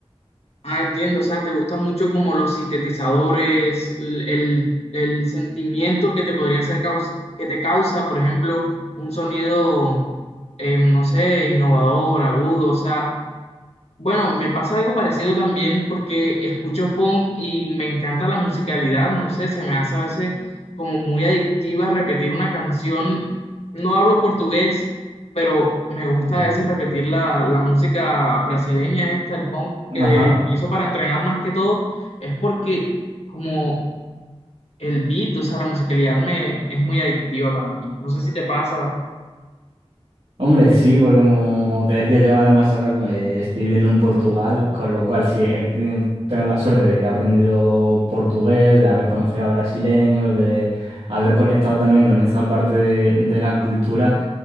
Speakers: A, on the left; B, on the right.
A: Ah, entiendo, o sea, te gusta mucho como los sintetizadores, l- el, el sentimiento que te podría hacer caus- que te causa, por ejemplo, un sonido, eh, no sé, innovador, agudo, o sea, Bueno, me pasa algo parecido también porque escucho funk y me encanta la musicalidad, no sé, se me hace a veces como muy adictiva repetir una canción. No hablo portugués, pero me gusta
B: Ujú.
A: a veces repetir la, la música brasileña esta, el funk
B: Ajá.
A: que utilizo para entrenar más que todo, es porque como el beat, o sea, la musicalidad me, es muy adictiva para mí. No sé si te pasa.
B: Hombre, sí, porque como te decía yo, además ahora eh, estoy viviendo en Portugal, con lo cual sí, he teni- tengo la suerte de que he aprendido portugués, de haber conocido a brasileños, de haber conectado también con esa parte de, de la cultura